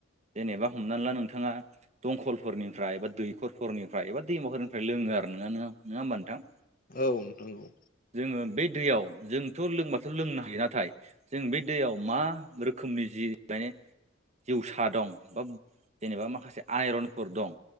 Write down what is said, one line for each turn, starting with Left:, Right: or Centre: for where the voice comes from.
Right: जेनेबा हमनानै ला नोंथाङा दंखल फोरनिफ्राय एबा दैखरफोरनिफ्राय एबा दैमाफोरनिफ्राय लोङो नङा नङा होमबा नोंथां?
Left: औ नोंथां नंगौ।
Right: जोङो बे दैयाव जोंथ' लोंबाथ' लोंनो हायो नाथाय जों बे दैयाव मा रोखोमनि जि माने जिउसा दं बा जेनेबा माखासे आइरन फोर दं